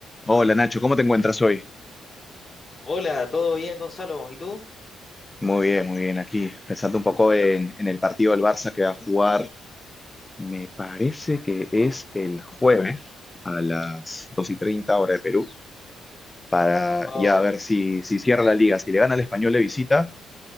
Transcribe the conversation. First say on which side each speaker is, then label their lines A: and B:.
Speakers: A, on the left (about 20°); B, on the left (about 35°).
A: Hola Nacho, ¿cómo te encuentras hoy?
B: Hola, ¿todo bien, Gonzalo? ¿Y tú?
A: Muy bien, muy bien. Aquí pensando un poco en, en el partido del Barça que va a jugar, me parece que es el jueves a las 2 y 30 hora de Perú, para
B: Oh,
A: ya ver si, si cierra la liga. Si le gana al Español de visita,